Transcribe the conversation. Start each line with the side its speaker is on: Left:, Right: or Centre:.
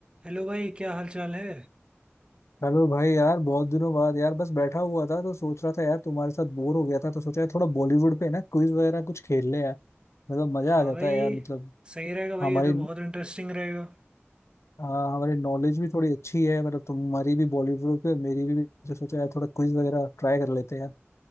Right: Hello भाई क्या हाल चाल है
Left: Hello भाई यार बहुत दिनों बाद यार बस बैठा हुआ था तो सोच रहा था यार तुम्हारे साथ बोर हो गया था तो सोचा यार थोड़ा बॉलीवुड पे ना क्विज वगैरह कुछ खेल ले यार मतलब मजा
Right: हाँ
Left: आ जाता
Right: भाई
Left: है यार मतलब
Right: सही रहेगा भाई
Left: हमारी
Right: ये तो बहुत इंटरेस्टिंग रहेगा
Left: हाँ, हमारी नॉलेज भी थोड़ी अच्छी है मतलब तुम्हारी भी बॉलीवुड पे मेरी भी तो सोचा यार थोड़ा क्विज वगैरह ट्राई कर लेते हैं यार